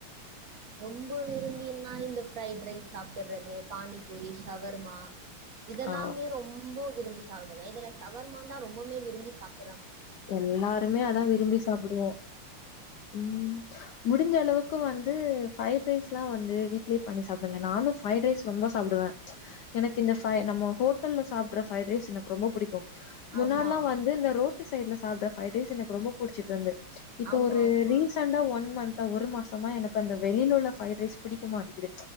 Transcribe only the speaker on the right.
ரொம்ப விரும்பீன்னா இந்த ஃப்ரைட் ரைஸ் சாப்புட்றது பானி பூரி ஷவர்மா இதெல்லாமே
ரொம்ப விரும்பி சாப்படுவே இதுல ஷவர்மா தா ரொம்பமுமே விரும்பி சாப்
ஆமா
ஆமா
ஆமா